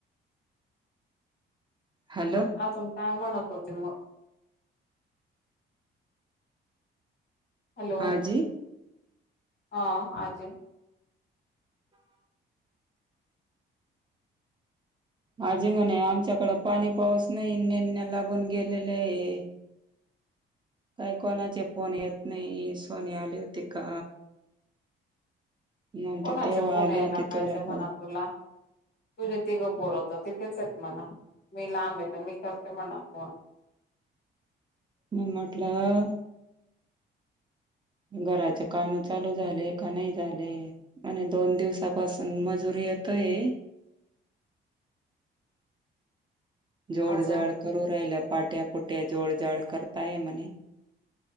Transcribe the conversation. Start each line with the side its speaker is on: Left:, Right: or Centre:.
Right: हॅलो.
Left: अजून काय म्हणत होते मग. हॅलो
Right: आजी
Left: हा आजी,
Right: आजींम्हणे आमच्याकडें पाणी पाऊस नाही नेण्या लागून गेलेले आहे. काही कोणाचे फोन येत नाही सोनी आले होती का. नंतर
Left: कोणाचे
Right: तेव्हा
Left: फोन
Right: आले
Left: यायला
Right: होते
Left: पाहिजे
Right: तुला
Left: म्हणाव
Right: फोन
Left: तुला. तूझे तिघं पोर तर तिथेच येत म्हणा मी लांब येत मी करते म्हणा फोन.
Right: म म्हटलं, घराचे काम चालू झाले का नाही झाले. आणि दोन दिवसापासून मजुरी येतोय, जोडजाड
Left: अजून
Right: करू राहिल पाट्यापुट्या जोडजाड करताय म्हणे.